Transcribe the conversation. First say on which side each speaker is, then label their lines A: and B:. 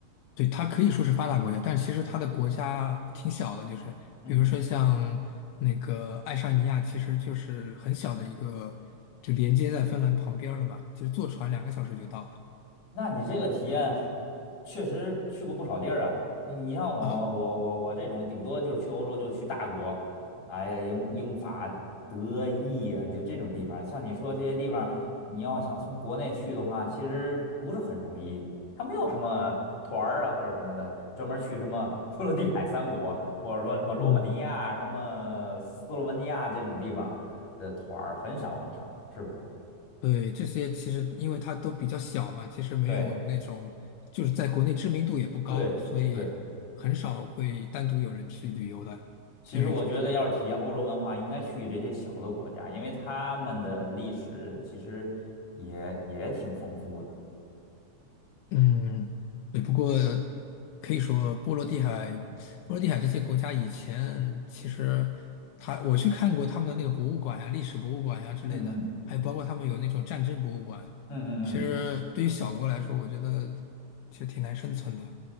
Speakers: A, on the left; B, on the left.
A: 对，它可以说是发达国家，但其实它的国家挺小的，就是比如说像那个爱沙尼亚，
B: 嗯。
A: 其实就是很小的一个，就连接在芬兰旁边儿了嘛。其实坐船两个小时就到了。
B: 那你这个体验确实去过不少地儿啊。你你像我，
A: 啊，
B: 我我我这种顶多就是去欧洲就去大国，哎呀，英英法德意呀、就这种地方。像你说这些地方，你要想从国内去的话，其实不是很容易。它没有什么团儿啊或者什么的，专门去什么 <laughs> 波罗的海三国，或者说什么罗马尼亚、
A: 嗯，
B: 什么斯洛文尼亚这种地方的团儿很少很少，是不是？
A: 对，这些其实因为它都比较小嘛，其实没有那种就是在国内知名度也不高，
B: 对对对。
A: 所以很少会单独有人去旅游的。
B: 其实我觉得，
A: 就是
B: 要是体验欧洲文化，应该去这些小的国家，因为他们的历史其实也也挺丰富的。
A: 嗯，对，不过可以说波罗的海、波罗的海这些国家以前其实他我去看过他们的那个博物馆呀、历史博物馆呀、之类的，
B: 嗯嗯
A: 还有包括他们有那种战争博物馆。
B: 嗯嗯嗯，
A: 其实对于小国来说，我觉得其实挺难生存的。